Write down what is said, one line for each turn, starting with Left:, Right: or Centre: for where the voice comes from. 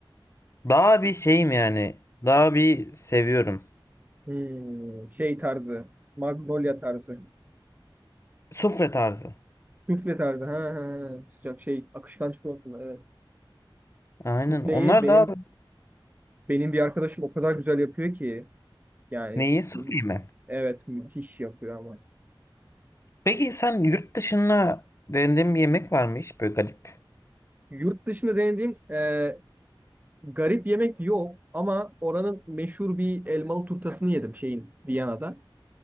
Left: Daha bir şeyim yani. Daha bir seviyorum.
Right: hmm, şey tarzı. Magnolia tarzı.
Left: Sufle tarzı.
Right: Sufle tarzı. Ha, ha, ha. Sıcak şey. Akışkan çikolatalı. Evet.
Left: Aynen.
Right: Sufleyi
Left: Onlar
Right: benim
Left: daha
Right: benim bir arkadaşım o kadar güzel yapıyor ki. Yani
Left: neyi? Sufle mi?
Right: evet müthiş yapıyor ama.
Left: Peki sen yurt dışında denediğin bir yemek var mı hiç böyle garip?
Right: Yurt dışında denediğim e, garip yemek yok ama oranın meşhur bir elmalı turtasını yedim şeyin Viyana'da.